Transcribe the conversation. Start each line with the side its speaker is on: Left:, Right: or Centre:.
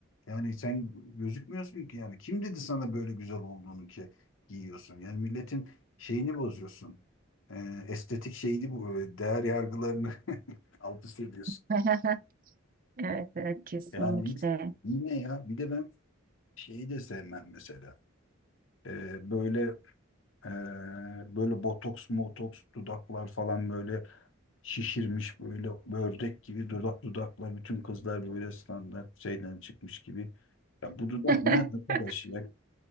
Left: Yani sen gözükmüyorsun ki yani. Kim dedi sana böyle güzel olduğunu ki giyiyorsun? Yani milletin şeyini bozuyorsun. Ee, estetik şeyini bu e, değer yargılarını <laughs> alt üst ediyorsun.
Right: <laughs> Evet, evet kesinlikle.
Left: Yani hiç- yine ya bir de ben şeyi de sevmem mesela. Ee, böyle Ee, böyle botoks, motoks, dudaklar falan böyle şişirmiş böyle ördek gibi dudak dudaklar bütün kızlar böyle standart şeyden çıkmış gibi. Ya bu dudak
Right: <laughs>
Left: ne arkadaş ya?